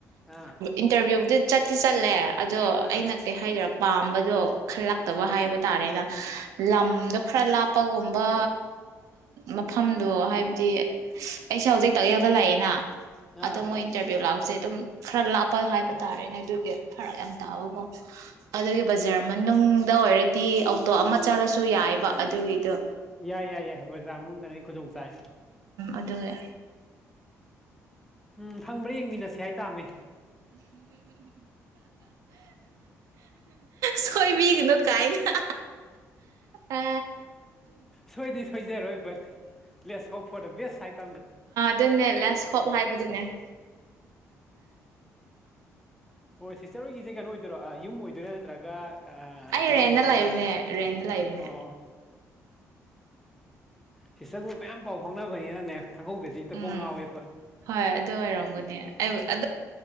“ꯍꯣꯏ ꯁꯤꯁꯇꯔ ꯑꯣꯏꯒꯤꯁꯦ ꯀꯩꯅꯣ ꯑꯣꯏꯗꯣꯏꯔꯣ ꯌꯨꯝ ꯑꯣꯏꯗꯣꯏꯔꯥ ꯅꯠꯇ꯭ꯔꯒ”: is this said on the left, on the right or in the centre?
Centre